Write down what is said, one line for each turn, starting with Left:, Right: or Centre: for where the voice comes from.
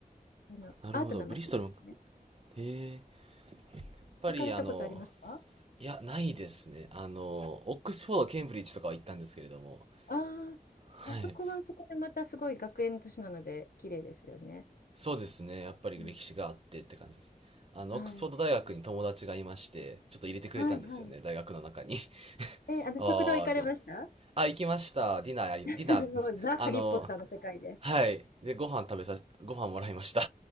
Left: あの、
Right: なるほど。
Left: アートな街ですね。
Right: ブリストルも、へえ。やっぱりあの、
Left: 行かれたことありますか
Right: いや、ないですね。あの、オックスフォード、ケンブリッジとかは行ったんですけれども。
Left: ああ、
Right: はい。
Left: あそこはあそこでまたすごい学園都市なので、綺麗ですよね。
Right: そうですね。やっぱり歴史があってって感じです。
Left: うん
Right: あの、
Left: はい。
Right: オックスフォード大学に友達がいまして、ちょっと入れてくれたんですよね、
Left: はいはい。
Right: 大学の中に。
Left: え、あの、
Right: ああ、
Left: 食堂行かれました
Right: ってなるあ、行きました。ディナーやり、
Left: <laughs>
Right: ディナー、
Left: もうザ・
Right: <laughs> あの、
Left: ハリー・ポッターの世界で。
Right: はい。で、ご飯食べさ、ご飯もらいました。